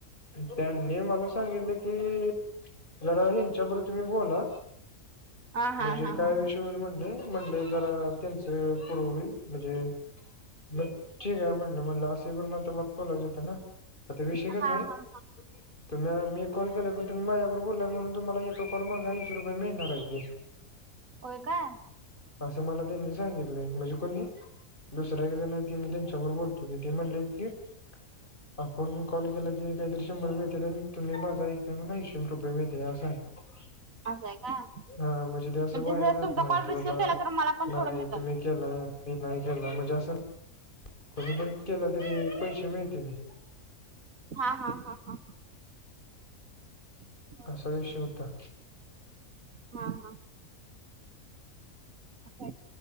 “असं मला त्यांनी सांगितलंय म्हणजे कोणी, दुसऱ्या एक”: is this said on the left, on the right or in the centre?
Left